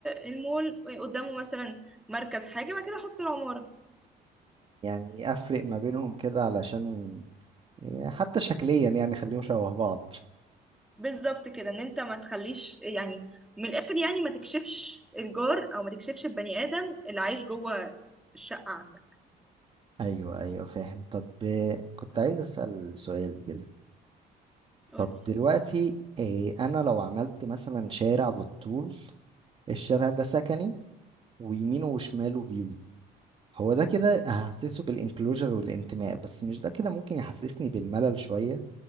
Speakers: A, in the centre; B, on the right.
A: المول قدامه مثلا مركز حاجة بعد كده احط العمارة
B: يعني افرق ما بينهم كده علشان يعني حتى شكليا يعني خليهم شبه بعض
A: بالظبط كده ان انت ما تخليش يعني من الاخر يعني ما تكشفش الجار او ما تكشفش البني ادم اللي عايش جوه الشقة عندك
B: <laughs> ايوه ايوه فاهم طب آه، كنت عايز اسال سؤال كده
A: قولي
B: طب دلوقتي آه، انا لو عملت مثلا شارع بالطول الشارع ده سكني ويمينه وشماله هو ده كده هحسسه بالانكلوجر والانتماء بس مش ده كده ممكن يحسسني بالملل شوية